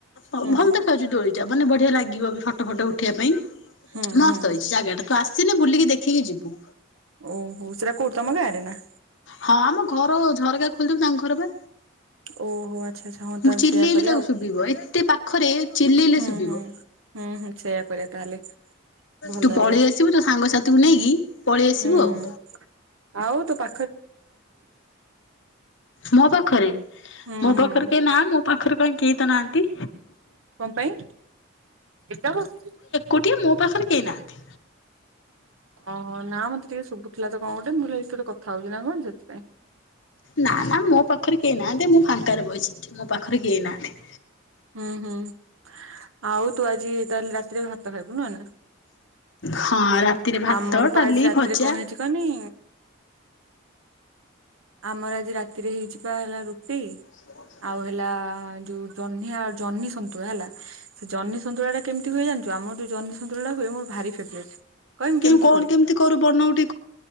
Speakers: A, on the left; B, on the right.
A: ଆଉ
B: ହୁଁ
A: ଭଲ ଦେଖାହୋଉଚି ଦୋଳିଟା ମାନେ ବଢ଼ିଆ ଲାଗିବ ବି ଫଟ ଫଟ ଉଠେଇବା ପାଇଁ
B: ହୁଁ
A: ମସ୍ତ
B: ହୁଁ
A: ହେଇଚି ଜାଗାଟା ତୁ ଆସିଲେ ବୁଲିକି ଦେଖିକି ଯିବୁ।
B: ଓହୋ ସେଇଟା କୋଉଠି ତମ ଗାଁରେ ନାଁ?
A: ହଁ ଆମ ଘର ଝରକା ଖୋଲିଦୋବୁ ତାଙ୍କ ଘର ପା।
B: ଓହୋ ଆଚ୍ଛା ଆଚ୍ଛା ହଁ ତାହେଲେ
A: ମୁଁ ଚିଲେଇଲେ
B: ସେଇୟା କରିବା
A: ତାକୁ
B: ଆଉ
A: ଶୁଭିବ ଏତେ ପା ପାଖରେ ଚିଲେଇଲେ
B: ହୁଁ
A: ଶୁବିବ
B: ହୁଁ ହୁଁ ହୁଁ ସେଇୟା କରିବା ତାହେଲେ ଭଲ
A: ତୁ ପଳିଆସ୍
B: ହବ
A: ସିବୁ ତୋ ସାଙ୍ଗସାଥିକୁ ନେଇକି ପଳିଆସିବୁ
B: ହୁଁ
A: ଆଉ।
B: ହୁଁ। ଆଉ ତୋ ପା
A: ମୋ ପାଖରେ
B: ହୁଁ
A: ମୋ
B: ହୁଁ
A: ପାଖରେ କେହି ନାଁ ମୋ ପାଖରେ କାଇଁ କେହି ତ ନାହାଁନ୍ତି।
B: କଁ ପାଇଁ ଏକା ବସିଚୁ?
A: କୋଉଠି ମୋ ପାଖରେ କେହି ନାହାନ୍ତି।
B: ଓହୋ ନାଁ ମତେ ଟିକେ ଶୁବୁଥୁଲା ତ କଁ ଗୋଟେ ମୁଁ ଅଲି ହାଇ କିଏ ଗୋଟେ କଥା ହଉଚି ନାଁ କଣ ସେଥିାଇଁ।
A: ନାଁ ନାଁ ମୋ ପାଖରେ କେହି ନାହାନ୍ତି ମୁଁ ଫାଙ୍କାରେ ବସିଚି ମୋ ପାଖରେ କେହି ନାହାନ୍ତି।
B: ହଁ ହଁ ଆଉ ତୁ ଆଜି ତାହେଲେ ରାତିରେ ଭାତ ଖାଇବୁ ନୁହଁ ନାଁ
A: ହଁ ରାତିରେ ଭାତ
B: ଆମର
A: ଡାଲି
B: ପା ଆଜି ରାତିରେ
A: ଭଜା
B: କଁ ହେଇଚି କହନିଁ ଆମର ଆଜି ରାତିରେ ହେଇଛି ପା ହେଲା ରୁଟି
A: ସମଝ୍ ସକେ
B: ଆଉ ହେଲା ଯୋଉ ଜହ୍ନିଆ ଜହ୍ନି ସନ୍ତୁଳା ହେଲା। ସେ ଜିହ୍ନି ସନ୍ତୁଳାଟା କେମତି ହୁଏ ଜାଣିଚୁ? ଆମର ଯୋଉ ଜହ୍ନି ସନ୍ତୁଳାଟା ହୁଏ ମୋର ଭାରି ଫେବରେଟ୍। କହିମି କେମିତି
A: କେଁ କୋଉ
B: ହୁଏ
A: କେମତି କରୁ ବନଉ ଟି